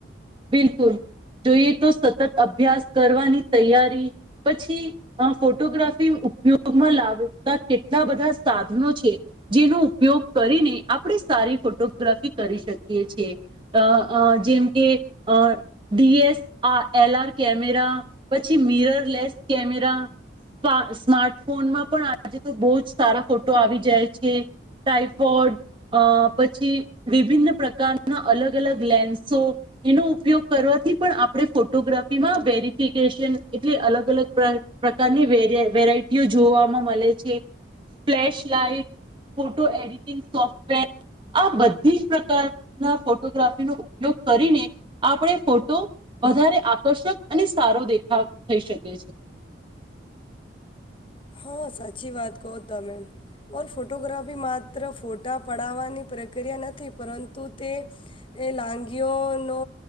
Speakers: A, on the right; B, on the left.
A: બિલકુલ જોઈએ તો સતત અભ્યાસ કરવાની તૈયારી પછી આ ફોટોગ્રાફી ઉપયોગમાં લાવતા કેટલા બધા સાધનો છે જેનો ઉપયોગ કરીને આપણે સારી ફોટોગ્રાફી કરી શકીએ છીએ અ અ જેમ કે અ ડીએસ આ એલઆર કેમેરા પછી મીરર લેસ કેમેરા સ્માર્ટ ફોનમાં પણ આજે તો બહુ જ સારા ફોટો આવી જાય છે ટાઈફોડ અ પછી વિભિન્ન પ્રકારના અલગ અલગ લેન્સો એનો ઉપયોગ કરવાથી પણ આપણે ફોટોગ્રાફીમાં વેરિફિકેશન એટલે અલગ અલગ પ્ર પ્રકારની વેરાઈ વેરાયટીઓ જોવામાં મળે છે flash light photo editing software આ બધી જ પ્રકારના ફોટોગ્રાફીનો ઉપયોગ કરીને આપણે ફોટો વધારે આકર્ષક અને સારો દેખાવ થઈ શકે છે
B: હા સાચી વાત કહો તમે ઓર ફોટોગ્રાફી માત્ર ફોટા પડાવવાની પ્રક્રિયા નથી પરંતુ તે એ લાંગીઓનો